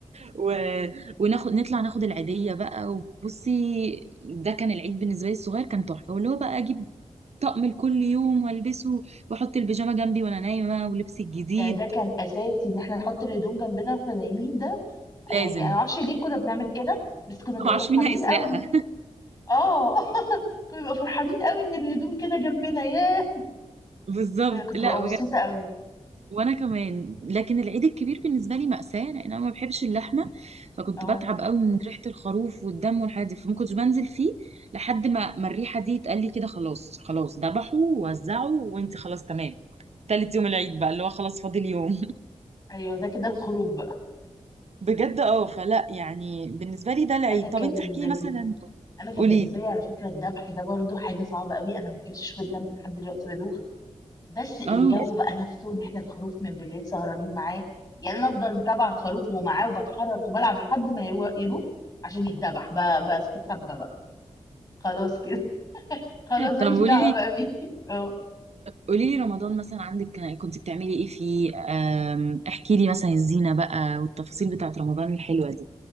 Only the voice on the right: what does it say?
و... <laughs> وناخد نطلع ناخد العيديه بقى وبصي ده كان العيد بالنسبه لي الصغير كان تحفه واللي هو بقى اجيب طقم لكل يوم والبسه واحط البيجامه جنبي وانا نايمه ولبسي الجديد
لازم
ما اعرفش
مين هيسرقها
بالظبط
لا
بجد
وانا كمان لكن العيد الكبير بالنسبه لي مأساة لان انا ما بحبش اللحمه فكنت
بتعب قوي من ريحه الخروف والدم والحاجات دي فما كنتش بنزل فيه لحد ما ما الريحه دي اتقال لي كده خلاص خلاص ذبحوا ووزعوا وانت خلاص تمام تالت يوم العيد بقى اللي هو خلاص فاضل يوم
<laughs> بجد اه فلا يعني بالنسبه لي ده العيد
طب انت احكي
مثلا
قولي
لي
اه
طب قولي
لي
قولي لي رمضان مثلا عندك كان- كنت بتعملي ايه فيه أم، احكي لي مثلا الزينة بقى والتفاصيل بتاعت رمضان الحلوة دي